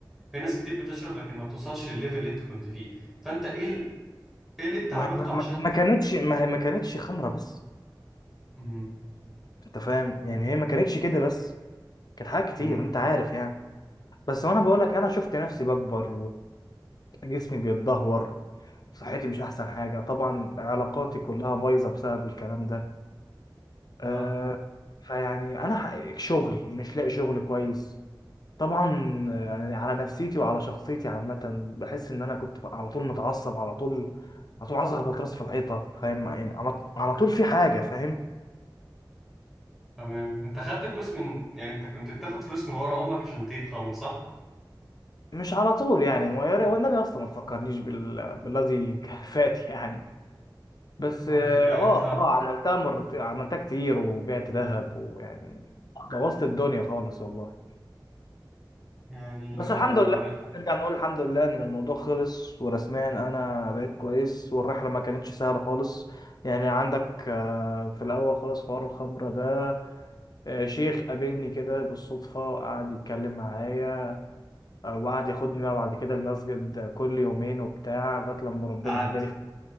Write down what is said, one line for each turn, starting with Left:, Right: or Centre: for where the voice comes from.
Centre: في ناس كتير بتشرب لكن ما بتوصلش للليفل اللي انت كنت فيه فانت ايه ال... ايه اللي انت
Left: ما,
Centre: عملته
Left: ما, ما
Centre: عشان
Left: ما
Centre: ت...
Left: كانتش ما هي ما كانتش خمره بس
Centre: امم
Left: انت فاهم يعني هي ما كانتش كده بس كانت حاجات كتير
Centre: امم
Left: انت عارف يعني بس وانا بقول لك انا شفت نفسي بكبر وجسمي بيتدهور صحتي مش احسن حاجه طبعا علاقاتي كلها بايظه بسبب الكلام ده آه
Centre: اه
Left: فيعني انا حقيقي شغل مش لاقي شغل كويس طبعا آه، يعني على نفسيتي وعلى شخصيتي عامه بحس ان انا كنت بقى على طول متعصب على طول على طول عايز اخبط راسي في الحيطه فاهم يعني على على طول في حاجه فاهم
Centre: تمام انت خدت فلوس من يعني انت كنت بتاخد فلوس من ورا امك عشان تجيب خمره صح
Left: مش على طول يعني ويا ري- والنبي اصلا ما تفكرنيش بال... بالذي <laughs> فات يعني بس
Centre: طيب
Left: اه
Centre: يعني
Left: اه
Centre: انت
Left: آه، عملتها مرت... عملتها كتير وبعت ذهب ويعني بوظت الدنيا خالص والله
Centre: يعني
Left: بس
Centre: آه،
Left: الحمد لله
Centre: انا
Left: نرجع نقول الحمد لله ان الموضوع خلص ورسميا انا بقيت كويس والرحله ما كانتش سهله خالص يعني عندك آه، في الاول خالص حوار الخمره ده آه، شيخ قابلني كده بالصدفه وقعد يتكلم معايا آه، وقعد ياخدني بقى بعد كده المسجد كل يومين وبتاع لغايه لما ربنا
Centre: قاعد
Left: هداني في-